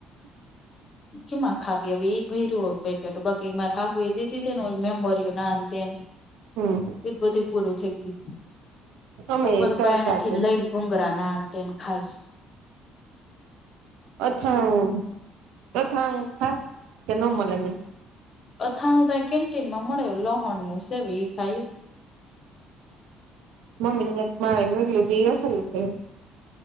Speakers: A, on the right; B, on the left.
A: <inaudible>
B: કેમાં ખાવી હવે એ ભય રહ્યું પેકેટ બાકી એ મારે હા હું એ દીધી મેમરઓ <unintelligible>
A: હમ્મ.
B: એ બધું પૂરું થઈ ગયું
A: અમે
B: હ
A: તરતા
B: બાયણથીને
A: છું
B: લઈ. ભૃગરા ના તેમ ખાય છે.
A: અથાણું અથાણું ખાવ ન મળે.
B: અથાણું ત કેન્ટીન માં મળ્યો લોહણ નું સેવી ખાઈ.
A: હ મમી મારેટલો
B: બીજું
A: જસલે <inaudible>